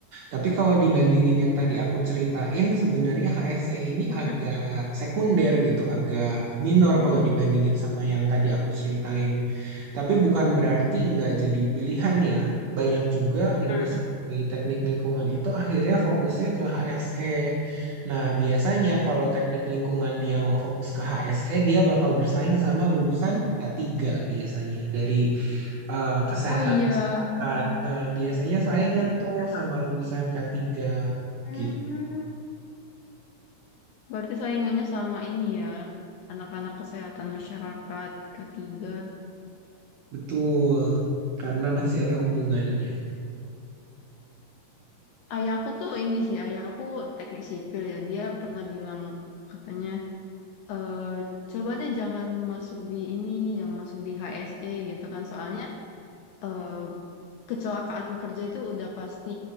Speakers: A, on the right (about 75°); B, on the left (about 80°).
A: Tapi kalau dibandingin yang tadi aku ceritain, sebenarnya HSE ini
B: Mm-mm.
A: agak sekunder gitu, agak minor
B: Hmm,
A: kalau dibandingin sama yang tadi aku ceritain. Tapi bukan berarti nggak jadi pilihan ya. Banyak juga
B: mm-mm.
A: lulusan dari teknik lingkungan itu akhirnya fokusnya ke HSE. Nah, biasanya kalau teknik lingkungan dia mau fokus ke HSE, dia bakal bersaing sama lulusan K3 biasanya dari eh, kesehatan
B: Oh iya,
A: masyarakat.
B: Heeh.
A: Nah, biasanya
B: Kesehatan
A: saingan
B: masyarakat.
A: tuh sama lulusan k tiga.
B: Hmm,
A: gitu.
B: Berarti saingannya sama ini ya, anak-anak kesehatan masyarakat ketiga.
A: Betul, karena masih ada hubungannya.
B: Ayahku tuh ini sih, ayahku teknik sipil ya, dia pernah bilang katanya eh coba deh jangan masuk di ini, jangan masuk di HSE gitu kan. Soalnya eh kecelakaan kerja itu udah pasti